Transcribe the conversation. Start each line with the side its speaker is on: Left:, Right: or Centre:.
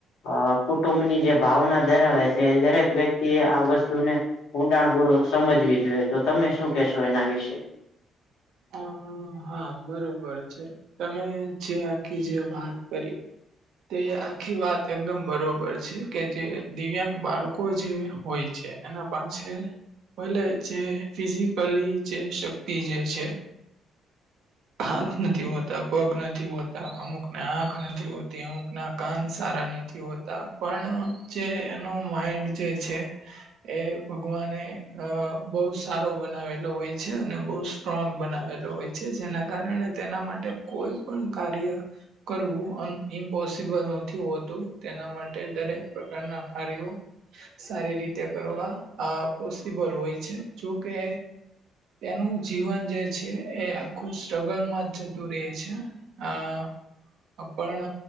Left: અ કુટુંબની જે ભાવના ધરાવે છે દરેક વ્યક્તિ આ વસ્તુને ઊંડાણ પૂર્વક સમજવી જોઈએ તો તમે શું કેશો એના વિશે?
Right: હા. હા બરોબર છે તમે જે આખી જે વાત કરી. તે આખી વાત એકદમ બરોબર છે કે જે દિવ્યાંગ બાળકો જે હોય છે એના પાસે <inaudible> ફિઝિકલી જે શક્તિ જે છે. હાથ નથી હોતા પગ નથી હોતા અમુકને આંખ નથી હોતી અમુક ના. કાન સારા નથી હોતા પણ જે એનો માઈન્ડ જે છે. એ ભગવાને અ બહુ સારો બનાવેલો હોય છે અને બહુ સ્ટ્રોંગ બનાવેલો હોય છે જેના કારણે તેના માટે કોઈ પણ કાર્ય. કરવું ઇમ્પોસિબલ નથી હોતું તેના માટે દરેક પ્રકારના કાર્યો સારી રીતે કરવા પોસિબલ હોય છે જોકે. એનું જીવન જે છે એ આખું સ્ટ્રગલમાં જ જતું રહે છે આ પણ